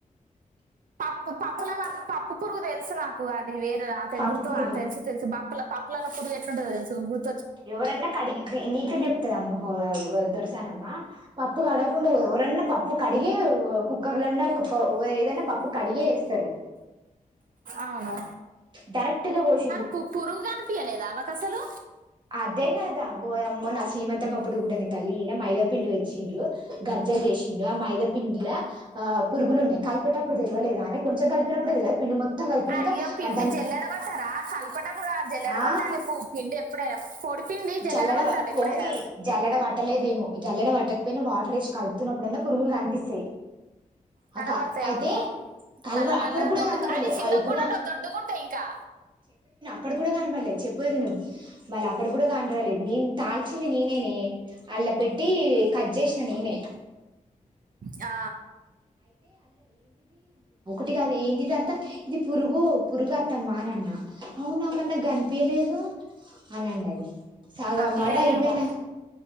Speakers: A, on the right; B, on the right.
A: పప్పు పప్పుల పప్పు పురుగు తెలుసు నాకు అ ది వేరు అ తె
B: పప్పు
A: గుర్తు
B: పురుగు
A: ప తెలుసు తెలుసు పప్పుల పప్పు ప్పు లల్లో పురుగు ఎట్లుంటదో తెలుసు. గుర్
B: ఏవరన్నా కడిగి ని నీ చెప్తదమ్మ బొ బొ దొరసానమ్మ పప్పు కడగకుండా ఎవరన్నా పప్పు కడిగి కుక్కర్ లన్న ఏదైన పప్పు కడిగె వేస్తరు
A: అవును
B: డైరెక్ట్ గా పోసిం
A: పు పురుగు కనిపియలేదా ఆమెకు అసలు
B: అదే కదా ఓయమ్మో నా శ్రీమంతమ్మప్పుడు కూడా నే తల్లి ఈన మైదాపిండి తెచ్చిండు గర్జలు చేసిండు ఆ మైదాపిండిల ఆ పురుగులు ఉన్నాయి. కలిపేటప్పుడు తెలువలేదా నే కొంచెం కలిపినప్పుడు తెలువుదా పిండి మొత్తం కలిపినాక
A: అయ్యో పిండి
B: దాని
A: జల్లెడ వట్టారా కలిపే టప్పుడు కాదు జల్లెడ
B: ఆ
A: వట్టాలి పు పిండి ఎప్పుడు పొడి పిండి జల్లెడబట్టాలి
B: జల్లడ వ పోనీ
A: ఎప్పుడైనా
B: జల్లడ వట్ ఆత్త లేదేమో జల్లెడ వట్టకపోయినా వాటర్ ఏసి కలుపుతున్నప్పుడన్న పురుగులు కనిపిస్తాయి.
A: కనబడతాయి.
B: అక అయితే
A: అవును
B: కలవ
A: నల్ల నల్ల
B: అప్పటికి కూడా
A: దొడ్డు
B: కనబడాలి
A: అవి చిన్న
B: ఎప్పుడు
A: గుడా ఉంటవ్ దొడ్డగ ఉంటాయి. ఇంకా
B: అప్పుడి గుడా కనపడలే. చెప్పలే విను మళ్ళ అప్పుడి గుడా లే నీన్ తాల్చింది నేనే నే అల పెట్టి కట్ చేసిన నేనే
A: ఆ
B: టిది ఏంటీ ది అంతా ఇది పురుగు పురుగు అత్తమ్మా ఆన్న అవున మరీ నాకు కనిపీయలేదు. అవును అండి అది సాగం
A: కన్ను
B: బాడ
A: లేవేమో
B: అయిపోయినా